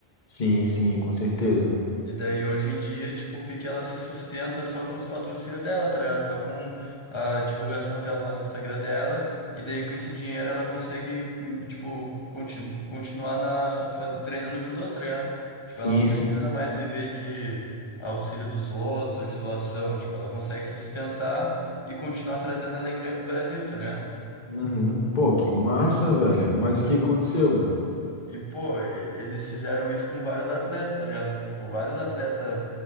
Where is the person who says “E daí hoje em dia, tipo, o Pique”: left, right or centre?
Left